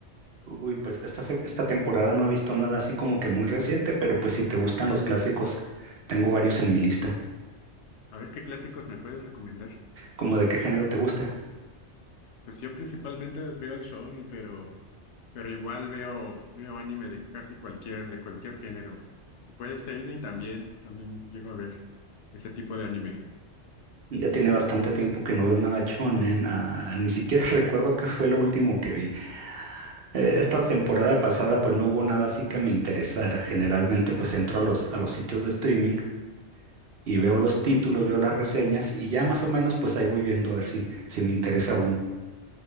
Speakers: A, on the right (about 60°); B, on the left (about 75°).
A: Uy, pues esta, se- esta temporada no he visto nada así como que muy reciente, pero pues si te gustan los clásicos, tengo varios en mi lista.
B: A ver qué clásicos me puedes recomendar.
A: ¿Cómo de qué género te gusta?
B: Pues yo principalmente veo el shonen, pero, pero igual veo, veo anime de casi cualquier, de cualquier género. Puede ser seinen también, también llego a ver ese tipo de anime.
A: Ya tiene bastante tiempo que no veo nada shonen, ah, ni siquiera <laughs> recuerdo qué fue lo último que vi. Eh, esta temporada pasada pues no hubo nada así que me interesara. Generalmente pues entro a los, a los sitios de streaming y
B: Claro.
A: veo los títulos, veo las reseñas y ya más o menos pues ahí voy viendo a ver si, si me interesa uno.